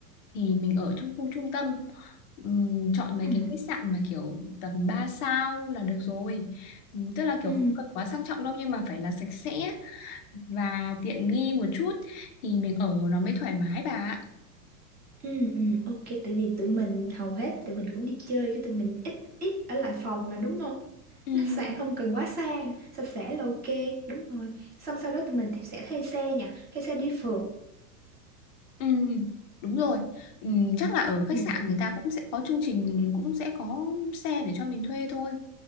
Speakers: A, on the left; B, on the right.
A: thì mình ở trong khu trung tâm Ừm, chọn mấy
B: Ừ.
A: cái khách sạn mà kiểu tầm 3 sao là được rồi Ừm, tức là kiểu
B: Ừ.
A: không cần quá sang trọng đâu nhưng mà phải là sạch sẽ và tiện nghi một chút thì mình ở nó mới thoải mái bà ạ
B: Ừ, ừ, ok, tại vì tụi mình hầu hết tụi mình cũng đi chơi cái tụi mình ít ít ở lại phòng mà đúng không?
A: Ừm,
B: Khách sạn
A: đúng rồi.
B: không cần quá xa, sạch sẽ là ok, đúng rồi. Xong sau đó tụi mình thì sẽ thuê xe nha, thuê xe đi phượt.
A: Ừm, đúng rồi Ừm, chắc là ở khách
B: Ừ,
A: sạn người ta cũng sẽ có chương trình cũng sẽ có xe để cho mình thuê thôi